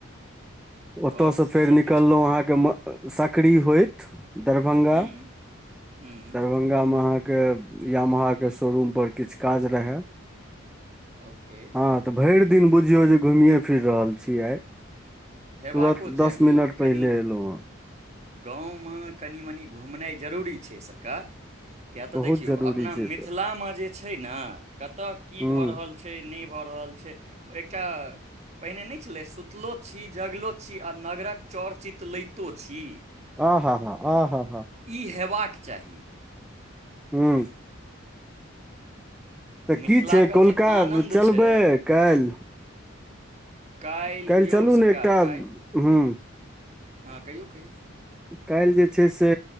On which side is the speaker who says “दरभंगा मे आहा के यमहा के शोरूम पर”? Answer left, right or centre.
Centre